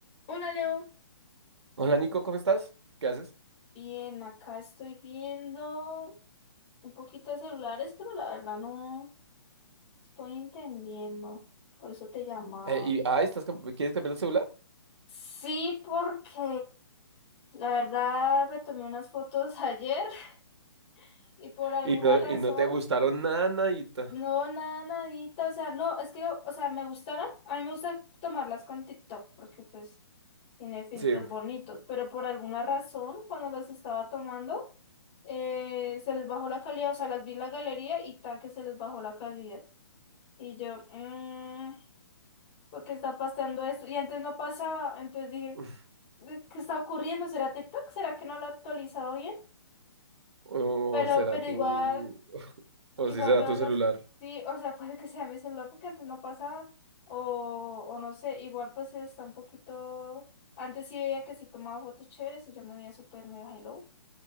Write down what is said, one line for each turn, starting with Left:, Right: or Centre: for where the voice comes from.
Left: Hola Leo,
Right: Hola Nico, ¿cómo estás? ¿Qué haces?
Left: bien, acá estoy viendo un poquito de celulares, pero la verdad no estoy entendiendo, por eso te llamaba.
Right: Eh, y, ah, estás, cam- ¿quieres cambiar el celular?
Left: Sí, porque la verdad me tomé unas fotos ayer <laughs> y por alguna
Right: Y no,
Left: razón,
Right: y no te gustaron nada, nadita.
Left: no, nada, nadita, o sea, no, es que, o sea, me gustaron, a mí me gusta tomarlas con TikTok, porque pues tiene filtros
Right: Sí.
Left: bonitos, pero por alguna razón, cuando las estaba tomando, eh, se les bajó la calidad, o sea, las vi en la galería y ta que se les bajó la calidad. Y yo, mmm, ¿por qué está pasando esto? Y antes no pasaba, entonces dije,
Right: <laughs>
Left: "Eh, ¿qué está ocurriendo? ¿Será TikTok? ¿Será que no lo ha actualizado bien?
Right: O
Left: Pero,
Right: será
Left: pero
Right: tu...
Left: igual.
Right: O
Left: Igual
Right: sí será
Left: veo
Right: tu
Left: las,
Right: celular.
Left: sí, o sea, puede que sea mi celular porque antes no pasaba, o, o no sé, igual pues está un poquito, antes sí veía que si tomaba fotos chéveres y yo me veía súper mega hello,